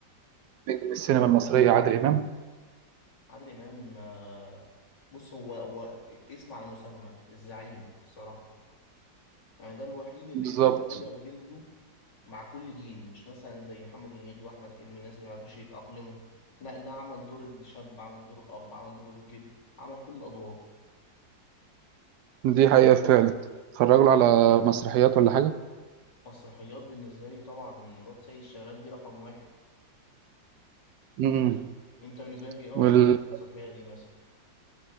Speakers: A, on the right; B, on the left.
A: نجم السينما المصرية عادل إمام
B: عادل امام آه، بص هو هو اسم على مسمى الزعيم الصراحه يعني ده الوحيد اللي
A: بالظبط
B: قدر يغير جلده مع كل جيل مش مثلا زي محمد هنيدي واحمد حلمي الناس اللي ما عرفوش يتاقلموا لا ده عمل دور الشاب عمل دور الاب عمل دور الجد عمل كل الادوار
A: دي حقيقة فعلا اتفرجوا له على مسرحيات ولا حاجة
B: مسرحيات بالنسبه لي طبعا الواد سيد شغال دي رقم واحد
A: مم.
B: انت بالنسبه لك ايه
A: والحاجات
B: افضل مسرحيه ليه مثلا